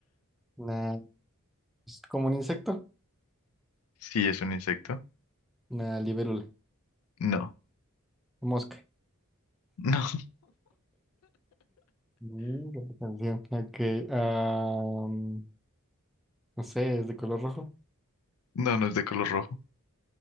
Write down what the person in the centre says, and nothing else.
Una, es como un insecto.
Una libélula.
Mosca.
Mm, qué canción. Ok. am, no sé, es de color rojo.